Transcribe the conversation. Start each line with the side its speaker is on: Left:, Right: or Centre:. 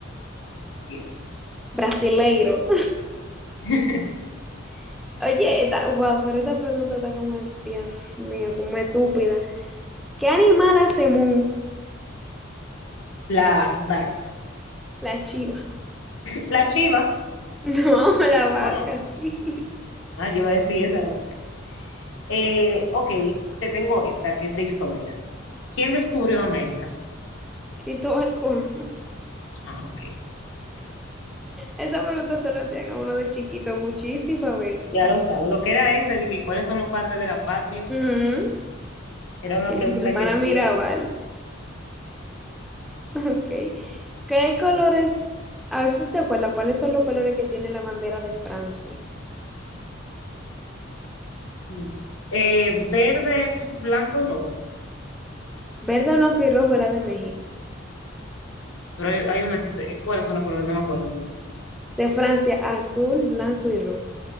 Left: Yes.
Centre: Brasileiro.
Left: <laughs>
Centre: <laughs> Oye, esta, wow, pero esta pregunta está como, Dios mío, como estúpida. ¿Qué animal hace mu?
Left: La DAC.
Centre: La chiva. <laughs>
Left: La chiva.
Centre: No, la vaca,
Left: Ah,
Centre: sí.
Left: ah, yo iba a decir esa locura. Eh, ok, te tengo esta que es de historia. ¿Quién descubrió América?
Centre: <laughs> Cristóbal Colón.
Left: Ah, Ok, ok.
Centre: Esa pregunta se la hacían a uno de chiquito muchísimas veces.
Left: Ya lo sabe. Lo que era esa de que cuáles son los padres de la patria,
Centre: Ujú.
Left: era una
Centre: Y
Left: pregunta
Centre: las hermanas
Left: que siempre.
Centre: Mirabal. Ok. ¿Qué colores? A ver si te acuerdas, ¿cuáles son los colores que tiene la bandera de Francia?
Left: Mm. Eh, verde, blanco y rojo.
Centre: Verde, blanco y rojo era de México.
Left: Pero hay, hay una que sé. ¿Cuáles son los colores? No me acuerdo, en ¿verdad?
Centre: De Francia, azul, blanco y rojo.